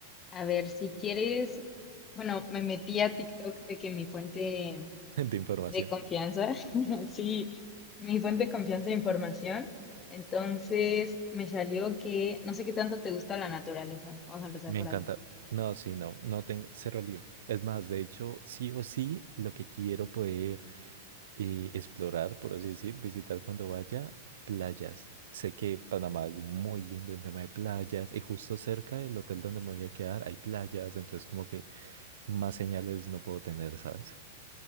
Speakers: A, on the left (about 15°); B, on the right (about 75°).
A: A ver, si quieres, bueno, me metí a TikTok de que mi fuente
B: <laughs> de información.
A: de confianza, <laughs> sí, mi fuente de confianza de información, entonces me salió que no sé qué tanto te gusta la naturaleza. Vamos a empezar
B: Me
A: por
B: encanta.
A: ahí.
B: No, sí, no, no tengo cero lío. Es más, de hecho, sí o sí, lo que quiero poder y explorar, por así decir, visitar cuando vaya playas. Sé que Panamá es muy lindo en tema de playas y justo cerca del hotel donde me voy a quedar hay playas, entonces como que más señales no puedo tener, ¿sabes?